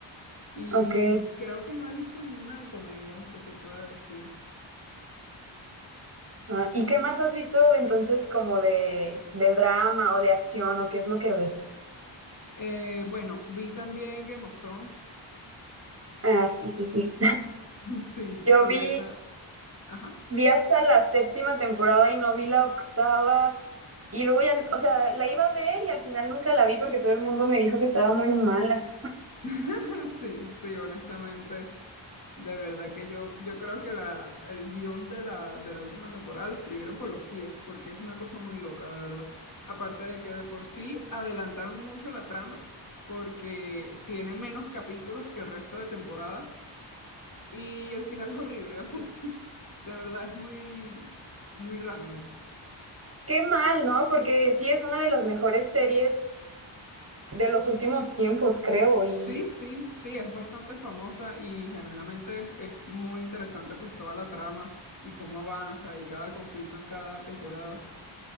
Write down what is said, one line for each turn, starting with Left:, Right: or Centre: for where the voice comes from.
Left: Y
Right: Ok.
Left: creo que no he visto ninguna de comedia que te pueda decir.
Right: Ah, ¿y qué más has visto de entonces como de, de drama o de acción o qué es lo que ves?
Left: Eh, bueno, vi también Game of Thrones,
Right: Ah, sí, sí, sí.
Left: Sí,
Right: <laughs> Yo
Left: sí,
Right: vi,
Left: esa. Ajá.
Right: vi hasta la séptima temporada y no vi la octava. Y luego ya, o sea, la iba a ver y al final nunca la vi porque todo el mundo me dijo que estaba muy mala.
Left: <laughs> Sí, sí, honestamente. De verdad que yo, yo creo que la, el guión de la, de la última temporada la escribieron con los pies, porque es una cosa muy loca, de verdad. Aparte de que de por sí adelantaron mucho la trama, porque tiene menos capítulos que el resto de temporadas, y el final es horrible, o sea, <laughs> de verdad es muy, muy random.
Right: Qué mal, ¿no? Porque sí es una de las mejores series de los últimos tiempos, creo. ¿Y
Left: Sí, sí, sí, es bastante famosa y genuinamente es, es muy interesante pues toda la trama y cómo avanza y cada conflicto en cada temporada.